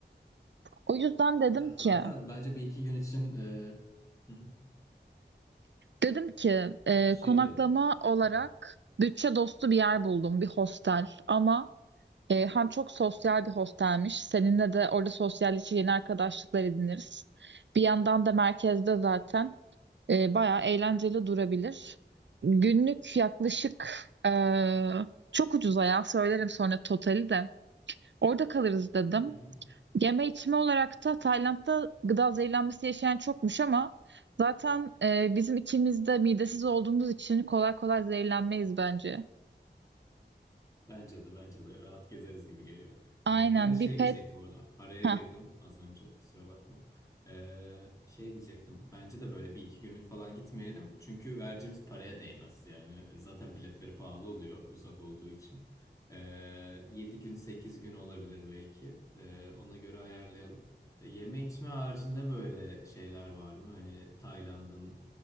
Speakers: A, on the right; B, on the left.
A: O yüzden dedim
B: Ya
A: ki,
B: zaten bence bir iki gün için e, hı hı,
A: dedim ki e,
B: e, şey
A: konaklama
B: diyordum.
A: olarak
B: Hı hı.
A: bütçe dostu bir yer buldum, bir hostel. Ama e, hem çok sosyal bir hostelmiş. Seninle de orada sosyalleşir yeni arkadaşlıklar ediniriz. Bir yandan da merkezde zaten. E, bayağı eğlenceli durabilir. Günlük yaklaşık e, çok ucuza ya söylerim sonra totali de. Orada kalırız dedim.
B: Hı hı.
A: Yeme içme olarak da Tayland'da gıda zehirlenmesi yaşayan çokmuş ama zaten e, bizim ikimiz de midesiz olduğumuz için kolay kolay zehirlenmeyiz bence.
B: Bence de bence de rahat gezeriz gibi geliyor.
A: Aynen
B: Ee, ben de şey
A: bir pet.
B: diyecektim orada araya
A: Heh.
B: girdim az önce kusura bakma. Ee, şey diyecektim bence de böyle bir iki günlük falan gitmeyelim. Çünkü vereceğimiz paraya değmez yani E, zaten biletleri pahalı oluyor uzak olduğu için. Ee, 7 gün 8 gün olabilir belki Ee, ona göre ayarlayalım. Ee, Yeme içme haricinde böyle şeyler var mı? Hani Tayland'ın